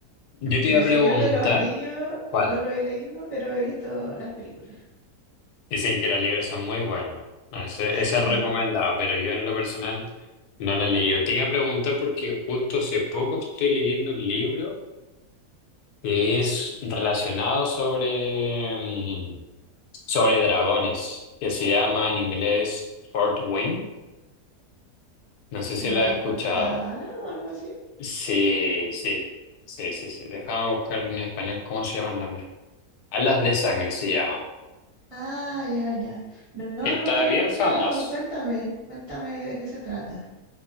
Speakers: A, on the left; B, on the right.
A: Yo te
B: Y
A: iba
B: El
A: a
B: Señor
A: preguntar,
B: de los Anillos
A: ¿cuál?
B: no lo he leído, pero he visto las películas.
A: Dicen que los libros son muy buenos. No, Ese,
B: Sí,
A: ese es recomendado, pero yo en lo personal no lo he leído. Te iba a preguntar porque justo hace poco estoy leyendo un libro que es relacionado sobre, mm, sobre dragones, que se llama en inglés Fort Wing. No sé si
B: como
A: lo has
B: la
A: escuchado.
B: cuarta ala o algo así.
A: Sí, sí, sí, sí, sí. Déjame buscar en español cómo se llama el nombre. Alas de sangre se llama.
B: Ah, ya, ya. No,
A: Que está
B: nunca lo
A: bien
B: he escuchado.
A: famoso.
B: Cuéntame, cuéntame de qué se trata.